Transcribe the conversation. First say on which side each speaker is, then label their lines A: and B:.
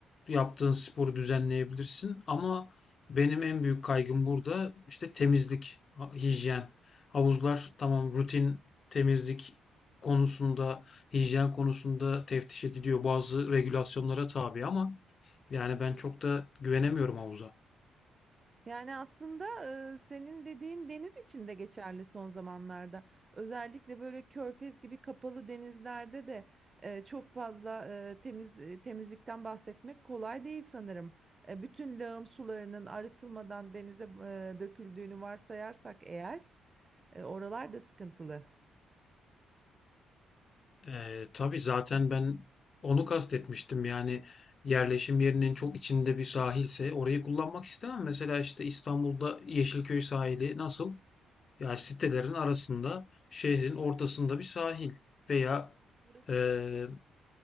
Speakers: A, on the left; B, on the right.
A: yaptığın sporu düzenleyebilirsin ama benim en büyük kaygım burada işte temizlik, ha- hijyen. Havuzlar tamam rutin temizlik konusunda, hijyen konusunda teftiş ediliyor. Bazı regülasyonlara tabi ama yani ben çok da güvenemiyorum havuza.
B: Yani aslında e, senin dediğin deniz için de geçerli son zamanlarda. Özellikle böyle körfez gibi kapalı denizlerde de e, çok fazla e, temiz e, temizlikten bahsetmek kolay değil sanırım. E, bütün lağım sularının arıtılmadan denize e, döküldüğünü varsayarsak eğer e, oralar da sıkıntılı.
A: Ee, tabii zaten ben onu kastetmiştim. Yani yerleşim yerinin çok içinde bir sahilse orayı kullanmak istemem. Mesela işte İstanbul'da Yeşilköy sahili nasıl? Yani sitelerin arasında şehrin ortasında bir sahil veya
B: Burası
A: eee,